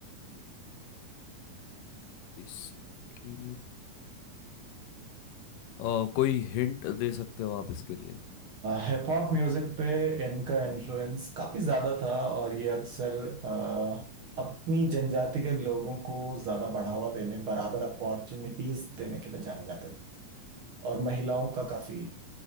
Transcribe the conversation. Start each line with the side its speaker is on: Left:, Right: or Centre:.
Left: इसकी अ, कोई हिंट दे सकते हो आप इसके लिए
Right: हिप हॉप म्यूजिक पे इनका इन्फ्लुएंस काफी ज्यादा था और ये अक्सर uh, अपनी जनजाति के लोगों को ज्यादा बढ़ावा देने बराबर अपॉर्चुनिटीज देने के लिए जाने जाते थे और महिलाओं का काफी